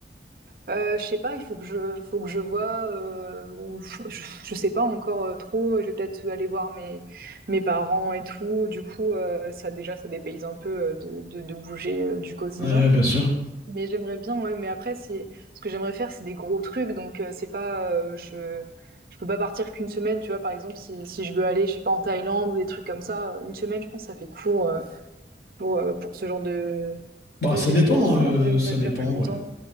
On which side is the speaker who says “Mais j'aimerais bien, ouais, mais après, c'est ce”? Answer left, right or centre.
Right